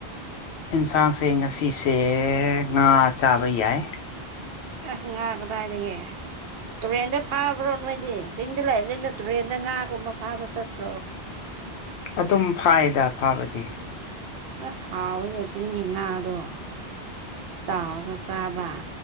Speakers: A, on the left; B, on the right.
A: ꯏꯟꯁꯥꯡꯁꯦ ꯉꯁꯤꯁꯦ ꯉꯥ ꯆꯥꯕ ꯌꯥꯏ
B: ꯑꯁ ꯉꯥ ꯀꯗꯥꯏꯗꯒꯤ ꯇꯨꯔꯦꯟꯗ ꯐꯥꯕ꯭ꯔꯣ ꯅꯣꯏꯗꯤ ꯆꯤꯡꯗ ꯂꯩꯕꯅꯤꯅ ꯇꯨꯔꯦꯟꯗ ꯉꯥꯒꯨꯝꯕ ꯐꯥꯕ ꯆꯠꯇ꯭ꯔꯣ
A: ꯑꯗꯨꯝ ꯐꯥꯏꯗ ꯐꯥꯕꯗꯤ
B: ꯑꯁ ꯍꯥꯎꯋꯤꯅꯦ ꯆꯤꯡꯒꯤ ꯉꯥꯗꯣ ꯇꯥꯎꯔꯒ ꯆꯥꯕ